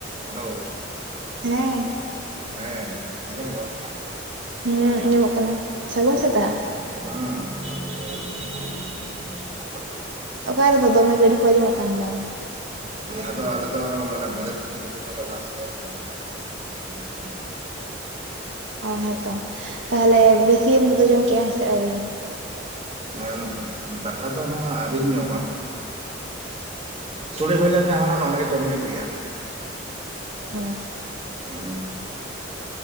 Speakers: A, on the right (about 35°); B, on the right (about 80°).
A: Hello
B: ᱦᱮᱸ
A: ᱦᱮᱸ ᱟᱸᱡᱚᱢ ᱫᱟᱢ
B: ᱦᱮᱸ ᱟᱸᱡᱚᱢᱚᱜ ᱠᱟᱱᱟ ᱥᱟᱹᱜᱩᱱ
A: ᱟᱡᱚᱢ
B: ᱥᱮᱛᱟᱜ
A: ᱫᱤᱧ ᱥᱮ ᱵᱟᱝ <unintelligible>
B: ᱚᱠᱟ ᱨᱮᱫᱚ ᱫᱚᱢᱮ ᱜᱟᱹᱰᱤ ᱠᱚ ᱟᱸᱡᱚᱢᱚᱜ ᱠᱟᱱ ᱫᱚ
A: ᱟᱫᱚ ᱟᱞᱮ ᱫᱚ ᱢᱟᱱᱮ ᱵᱟᱡᱟᱨ ᱫᱷᱟᱨᱮ ᱨᱮᱜᱮ ᱛᱟᱞᱮ ᱚᱲᱟᱜ ᱥᱮ, ᱚᱱᱟᱛᱮ ᱜᱟᱹᱲᱤ ᱨᱮᱱᱟᱜ ᱦᱳᱭᱛᱚ
B: ᱚ ᱦᱮᱸᱛᱚ ᱛᱟᱦᱞᱮ ᱵᱟᱹᱥᱭᱚᱢ ᱠᱚᱫᱚ ᱡᱚᱢ ᱠᱮᱜ-ᱟ ᱥᱮ ᱟᱹᱣᱨᱤ
A: ᱮᱸ ᱫᱟᱠᱟ ᱫᱚ ᱦᱟᱸᱜ ᱟᱹᱣᱨᱤᱧ ᱡᱚᱢᱟ ᱥᱚᱲᱮ ᱦᱩᱭ ᱞᱮᱱ ᱛᱟᱦᱮᱸ ᱦᱚᱞᱟᱱᱚᱜ ᱚᱱᱟᱜᱮ ᱡᱚᱢ ᱦᱩᱭᱩᱜ ᱞᱟᱹᱜᱤᱫ-ᱟ
B: ᱚ
A: ᱚ